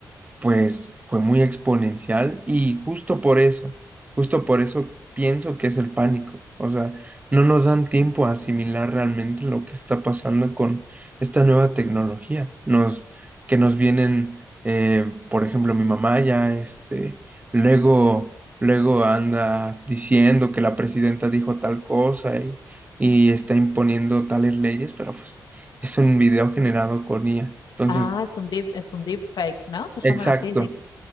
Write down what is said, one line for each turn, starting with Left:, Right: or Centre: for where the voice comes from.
Right: pues fue muy exponencial y justo por eso, justo por eso pienso que es el pánico. O sea, no nos dan tiempo a asimilar realmente lo que está pasando con esta nueva tecnología. Nos, que nos vienen, eh, por ejemplo, mi mamá ya, este, luego, luego anda diciendo que la presidenta dijo tal cosa y, y está imponiendo tales leyes, pero pues es un video generado con IA. Entonces,
Left: Ah, es un deep, es un deep fake, ¿no? Se llaman
Right: exacto.
Left: así, deep.